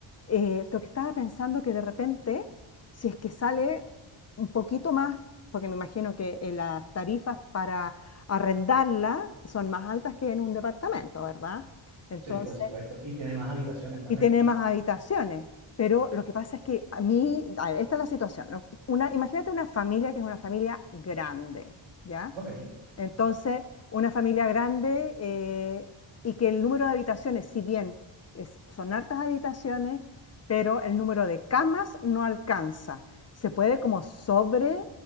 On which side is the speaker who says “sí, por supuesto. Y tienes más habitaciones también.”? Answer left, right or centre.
Right